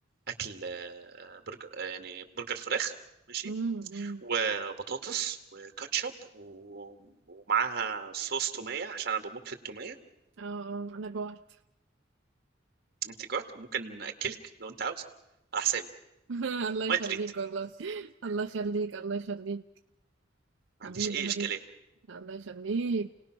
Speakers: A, on the right; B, on the right.
A: اكل آه، برجر آه، يعني برجر فراخ ماشي
B: امم أمم.
A: وبطاطس وكاتشب و- ومعاها صوص توميه عشان انا بموت في التوميه
B: اه اه انا جوعت
A: انت جوعت ممكن اكلك لو انت عاوزه على حسابي
B: <laughs> الله يخليك
A: ما تريد
B: والله الله يخليك الله يخليك
A: ما
B: حبيبي
A: عنديش اي
B: حبيبي
A: اشكاليه
B: الله يخليك